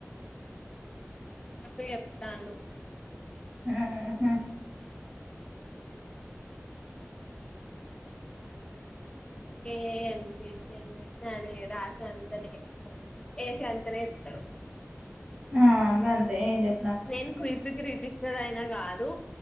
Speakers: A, on the left; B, on the right.
A: మస్థుగ్ చెప్తాడు
B: ఉహు
A: ఎలే అని చేస్ ఎన్ని చేసిన అనే రాసే అంతనే, ఏసే అంతనే ఏత్తడు.
B: ఆ గంతే ఏం చెప్
A: నేను క్విజ్ కి రిజిస్టర్ అయినా కాదు.